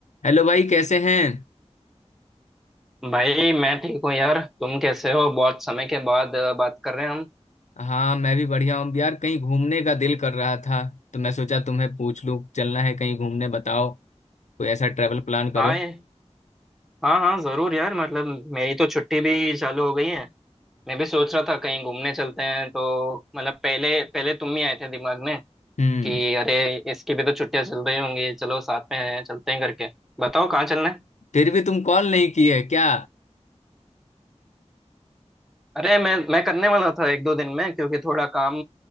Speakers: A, on the left; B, in the centre.
A: Hello भाई कैसे हैं
B: भाई मैं ठीक हूँ यार तुम कैसे हो बहुत समय के बाद अ, बात कर रहे हैं हम
A: हाँ मैं भी बढ़िया हूँ यार कहीं घूमने का दिल कर रहा था तो मैं सोचा तुम्हें पूछ लूँ चलना है कहीं घूमने बताओ कोई ऐसा ट्रेवल प्लान करो
B: हाँ ये- हाँ हाँ जरूर यार मतलब मेरी तो छुट्टी भी चालू हो गई है मैं भी सोच रहा था कहीं घूमने चलते हैं तो मतलब पहले पहले तुम ही आए थे दिमाग में
A: हम्म
B: कि अरे इसकी भी तो छुट्टियां चल रही होंगी चलो साथ में चलते हैं करके बताओ कहाँ चलना है
A: फिर भी तुम कॉल नहीं किए क्या
B: अरे मैं मैं करने वाला था एक दो दिन में क्योंकि थोड़ा काम